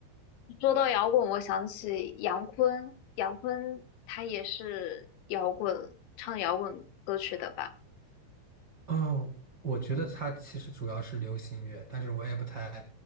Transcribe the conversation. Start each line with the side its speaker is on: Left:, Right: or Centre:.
Left: 说到摇滚，我想起杨坤，杨坤他也是摇滚，唱摇滚歌曲的吧？
Right: 嗯，我觉得他其实主要是流行乐，但是我也不太